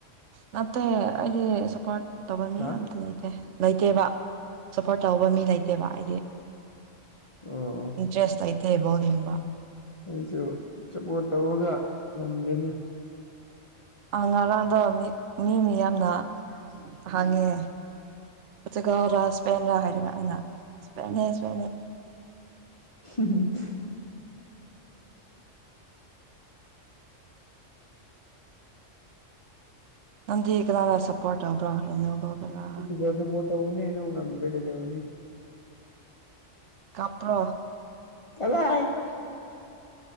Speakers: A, on the right; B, on the left.
A: ꯅꯠꯇꯦ ꯑꯩꯗꯤ ꯁꯞꯄꯣꯔꯠ ꯇꯧꯕ ꯃꯤ
B: ꯍꯥ
A: ꯑꯇ ꯂꯩꯇꯦ ꯂꯩꯇꯦꯕ ꯁꯞꯄꯣꯔꯠ ꯇꯧꯕ ꯃꯤ ꯂꯩꯇꯦꯕ ꯍꯥꯏꯗꯤ
B: ꯑꯣ ꯑꯣ
A: ꯏꯟꯇ꯭ꯔꯦꯁ ꯑꯥꯏꯇꯕꯣꯗꯤ ꯏꯕ
B: ꯑꯩꯁꯨ ꯆꯄꯣꯔꯠ ꯇꯧꯔꯒ ꯉꯝꯒꯅꯤ
A: ꯉꯔꯥꯡꯗ ꯃꯤ ꯃꯤ ꯃꯤ ꯌꯥꯝꯅ ꯍꯥꯡꯉꯦ ꯒ ꯔ ꯁꯄ ꯔ ꯍꯥꯏꯔꯩꯅ ꯁꯄꯅꯦꯄ
B: <unintelligible>
A: ꯅꯪꯗꯤ ꯀꯅꯥꯗ ꯁꯞꯄꯣꯔꯠ ꯇꯧꯕ꯭ꯔꯥ ꯔꯣꯅꯥꯜꯗꯣꯗꯔꯥ
B: ꯎꯝ ꯏꯄꯣꯠꯁꯨꯄꯣꯠ ꯇꯧꯕꯅꯤ ꯑꯗꯨ ꯉꯝꯗ꯭ꯔꯦ ꯀꯩꯗꯧꯔꯅꯤ
A: ꯀꯄ꯭ꯔꯣ
B: ꯀꯂꯣ ꯍꯥꯏꯄ